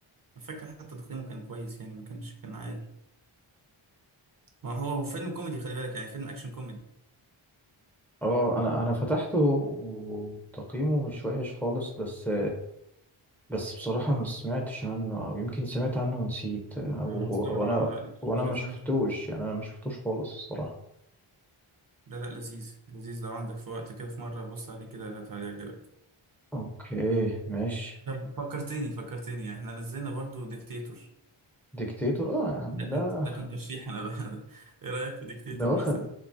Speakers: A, on the right (about 45°); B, in the centre.
A: أنا فاكر حتى تقييمه كان كويس يعني ما كانش كان عالي ما هو هو فيلم كوميدي خلي بالك يعني فيلم أكشن كوميدي
B: اه انا انا فتحته وتقييمه مش وحش خالص بس بس بصراحة ما سمعتش عنه أو يمكن سمعت عنه ونسيت أو
A: أنا مستغرب
B: وأنا
A: أه لا
B: وأنا
A: شازام
B: ما شفتوش
A: مشهور
B: يعني أنا ما شفتوش خالص الصراحة
A: لا لا لذيذ لذيذ لو عندك في وقت كده في مرة بص عليه كده هت- هيعجبك
B: أوكي ماشي
A: طب <laughs> فكرتني فكرتني إحنا نزلنا برضو ديكتاتور
B: ديكتاتور أه يا عم
A: ده
B: ده
A: كان ده كان ترشيح أنا بقى <laughs> ده إيه رأيك في ديكتاتور
B: ده واخد
A: مثلا